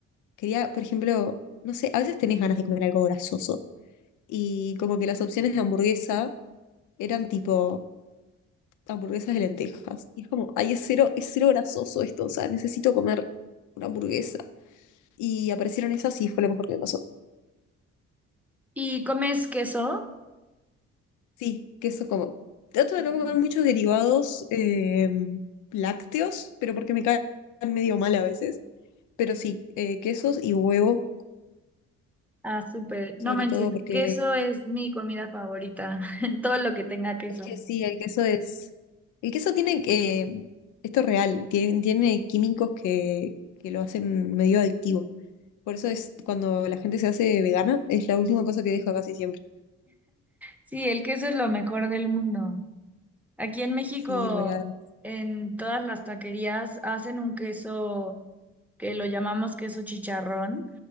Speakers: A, on the left; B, in the centre.
A: Quería, por ejemplo, no sé, a veces tenés ganas de comer algo grasoso. Y como que las opciones de hamburguesa eran tipo hamburguesas de lentejas. Y es como, ay, es cero, es cero grasoso esto, o sea, necesito comer una hamburguesa. Y aparecieron esas y fue lo mejor que me pasó.
B: ¿Y comes queso?
A: Sí, que eso como. Trato de
B: Ujú.
A: no comer muchos derivados eh, lácteos, pero porque me caen medio mal a veces. Pero sí, eh, quesos y huevo
B: Ah, súper.
A: sobre
B: No manches,
A: todo porque
B: queso es mi comida favorita, <laughs> todo lo que tenga queso.
A: es que sí, el queso es, el queso tiene que, esto es real, tiene, tiene químicos que, que lo hacen medio adictivo. Por eso es cuando la gente se hace vegana, es la última cosa que deja casi siempre.
B: Sí, el queso es lo mejor del mundo. Aquí en México,
A: Sí, real.
B: en todas las taquerías hacen un queso que lo llamamos queso chicharrón,